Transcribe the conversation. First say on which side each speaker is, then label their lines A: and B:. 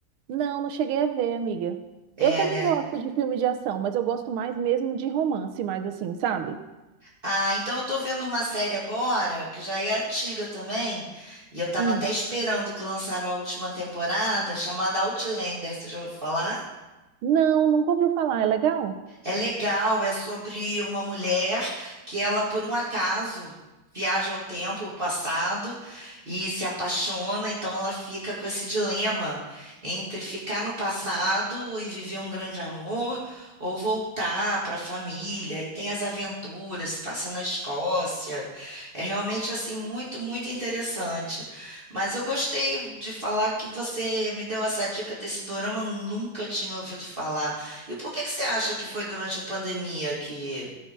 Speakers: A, on the right; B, on the right.
A: não, não cheguei a ver, amiga.
B: É,
A: Eu também
B: né?
A: gosto de filme de ação, mas eu gosto mais mesmo de romance, mais assim, sabe?
B: Ah, então eu tô vendo uma série agora, que já é antiga também, e eu tava
A: Hum.
B: até esperando que lançaram a última temporada, chamada Outlander, você já ouviu falar?
A: Não, nunca ouviu falar. É legal?
B: É legal, é sobre uma mulher que ela, por um acaso, viaja ao tempo, ao passado, e se apaixona, então ela fica com esse dilema entre ficar no passado e viver um grande amor, ou voltar para a família, e tem as aventuras, se passa na Escócia. É realmente, assim, muito, muito interessante. Mas eu gostei de falar que você me deu essa dica desse dorama, eu nunca tinha ouvido falar. E por que que você acha que foi durante a pandemia que